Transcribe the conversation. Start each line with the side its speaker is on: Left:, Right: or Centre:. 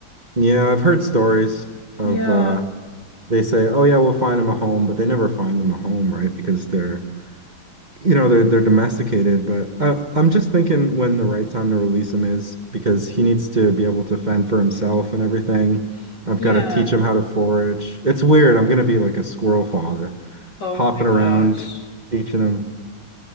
Right: yeah, I've heard stories of
Left: Yeah.
Right: uh they say, "Oh yeah, we'll find them a home," but they never find them a home, right? Because they're, you know, they're they're domesticated. But I, I'm just thinking when the right time to release him is because he needs to be able to fend for himself and everything. I've
Left: Yeah.
Right: got to teach him how to forage. It's weird. I'm gonna be like a squirrel father,
Left: Oh
Right: hopping
Left: my gosh.
Right: around, teaching him.